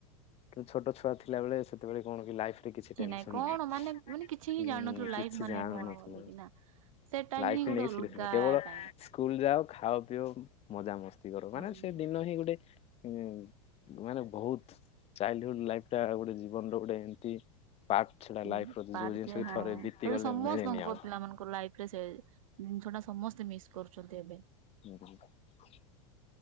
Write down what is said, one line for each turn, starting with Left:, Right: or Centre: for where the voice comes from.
Left: କିନ୍ତୁ ଛୋଟ ଛୁଆ ଥିଲାବେଳେ ସେତେବେଳେ କଣ କି ଲାଇଫ୍ କିଛି ଟେନ୍ସନ୍
Right: ନାଇଁ କଣ
Left: ନାହିଁଁ
Right: ମାନେ ମାନେ କିଛି ହିଁ
Left: ଉଁ
Right: ଜାଣିନଥିଲୁ
Left: କିଛି
Right: ଲାଇଫ ମାନେ
Left: ଜାଣୁ
Right: କଣ
Left: ନଥିଲୁ।
Right: ବୋଲିକି ନା। ସେ ଟାଇମ
Left: ଲାଇଫକୁ
Right: ହିଁ ଗୋଟେ
Left: ନେଇକି
Right: ଅଲଗା
Left: ସିରିଅସ୍ ନୁହଁ କେବଳ
Right: ଟାଇମ।
Left: ସ୍କୁଲ୍ ଯାଅ ଖାଅ ପିଅ ମଜା ମସ୍ତି କର
Right: ହୁଁ।
Left: ମାନେ ସେ ଦିନ ହିଁ ଗୋଟେ ହୁଁ, ମାନେ ବହୁତ୍ ଚାଇଲ୍ଡହୁଡ୍ ଲାଇଫ୍ ଟା ଗୋଟେ ଜୀବନର ଗୋଟେ ଏମ୍ତି ପାର୍ଟ ସେଟା
Right: ହୁଁ
Left: ଲାଇଫ ର
Right: ପାର୍ଟ
Left: ଯୋଉ ଜିନିଷ
Right: ଯେ
Left: କି
Right: ହଁ
Left: ଥରେ ବିତି
Right: ସେଠି
Left: ଗଲେ
Right: ସମସ୍ତଙ୍କ
Left: ମିଳେନି ଆଉ।
Right: ପିଲାମାନଙ୍କ ଲାଇଫ ରେ ସେ ଜିନିଷଟା ସମସ୍ତେ ମିସ୍ କରୁଚନ୍ତି ଏବେ।
Left: <unintelligible>